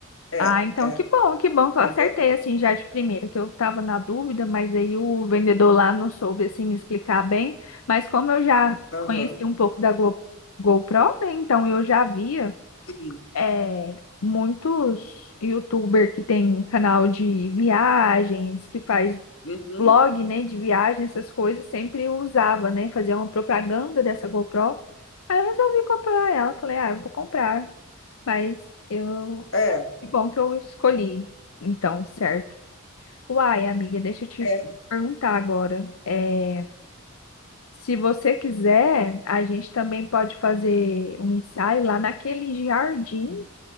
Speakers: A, on the left (about 60°); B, on the left (about 80°).
A: é,
B: Ah, então
A: é,
B: que bom, que bom que eu
A: entendeu?
B: acertei assim já de primeira, que eu estava na dúvida, mas aí o vendedor lá não soube assim me explicar bem, mas como eu já
A: Aham,
B: conheci um pouco da Go- GoPro, né, então eu já via
A: sim.
B: eh, muitos YouTuber que tem canal de viagens, que faz
A: Uhum.
B: blog, né, de viagem, essas coisas, sempre usava, né, fazia uma propaganda dessa GoPro. Aí eu resolvi comprar ela, falei, ah, eu vou comprar. Mas eu.
A: É,
B: Que bom que eu escolhi, então, certo. Uai, amiga, deixa eu te
A: é.
B: perguntar agora. É, se você quiser, a gente também pode fazer um ensaio lá naquele jardim